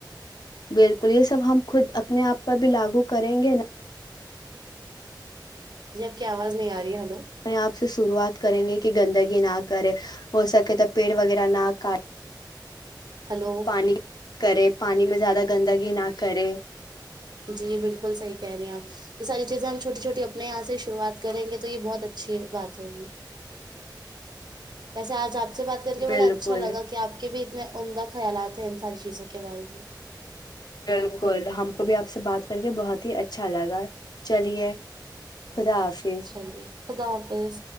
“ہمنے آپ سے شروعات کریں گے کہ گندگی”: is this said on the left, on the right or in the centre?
Left